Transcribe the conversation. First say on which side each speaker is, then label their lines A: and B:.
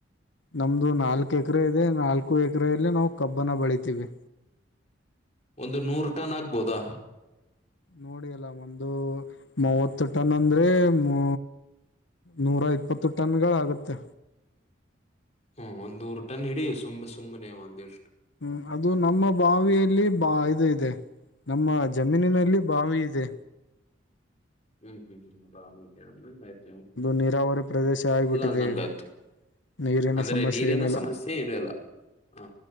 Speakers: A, on the left (about 75°); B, on the left (about 35°).
A: ನಮ್ದು ನಾಲ್ಕು ಎಕರೆ ಇದೆ ನಾಲ್ಕು ಎಕರೆೆಯಲ್ಲ ನಾವು ಕಬ್ಬನ ಬೆಳಿತೀವಿ
B: ಒಂದು ನೂರು ಟನ್ ಆಗ್ಬೋದಾ
A: ನೋಡಿ ಅಲ್ಲ ಒಂದು ಮೂವತ್ತು ಟನ್ ಅಂದ್ರೆ ಹ ನೂರ ಇಪ್ಪತ್ತು ಟನ್ಗಳಾಗುತ್ತೆ
B: ಹ್ಮ್ ಒಂದ್ರು ಟನ್ ಹಿಡಿ ಸುಮ್ಮ್ ಸುಮ್ಮ್ ಒಂದ
A: ಹ್ಮ್ ಅದು ನಮ್ಮ ಬಾವಿಯಲ್ಲಿ ಬಾ ಇದು ಇದೆ ನಮ್ಮ ಜಮೀನಿನಲ್ಲಿ ಬಾವಿ ಇದೆ
B: ಹ್ಮ್ ಹ್ಮ್ ಹ್ಮ್ ಬಾವಿತ
A: ಅದು ನೀರಾವರಿ ಪ್ರದೇಶ ಆಗಿಬಿಟ್ಟಿದೆ
B: ಅಂದಂಗ
A: ಈಗ
B: ಆಯ್ತು
A: ನೀರಿನ
B: ಅಂದ್ರೆ
A: ಸಮಸ್ಯೆ
B: ನೀರಿನ
A: ಏನುೂ ಇಲ್ಲ
B: ಸಮಸ್ಯೆ ಏನು ಇಲ್ಲ ಹ